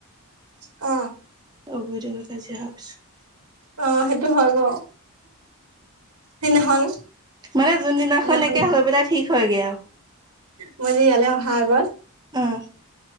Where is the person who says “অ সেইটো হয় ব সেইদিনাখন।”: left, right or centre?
Right